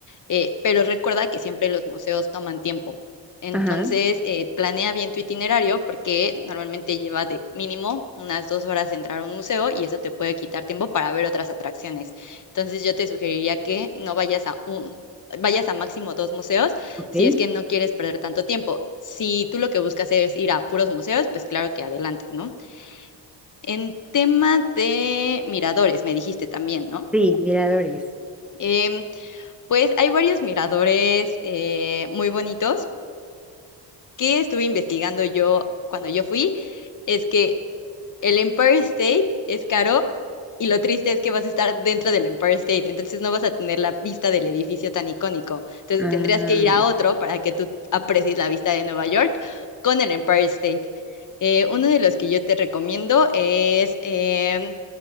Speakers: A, on the left; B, in the centre.
A: eh, pero recuerda que siempre los museos toman tiempo. Entonces,
B: Ajá.
A: eh, planea bien tu itinerario porque normalmente lleva de mínimo unas dos horas entrar a un museo y eso te puede quitar tiempo para ver otras atracciones. Entonces, yo te sugeriría que no vayas a un, vayas a máximo dos museos
B: ok.
A: si es que no quieres perder tanto tiempo. Si tú lo que buscas es ir a puros museos, pues claro que adelante, ¿no? En tema de miradores, me dijiste también, ¿no?
B: Sí, miradores.
A: Em, pues hay varios miradores eh, muy bonitos que estuve investigando yo cuando yo fui. Es que el Empire State es caro y lo triste es que vas a estar dentro del Empire State, entonces no vas a tener la vista del edificio tan icónico. Entonces
B: Ah,
A: tendrías que ir a otro para que tú aprecies la vista de Nueva York con el Empire State. Eh, uno de los que yo te recomiendo es em,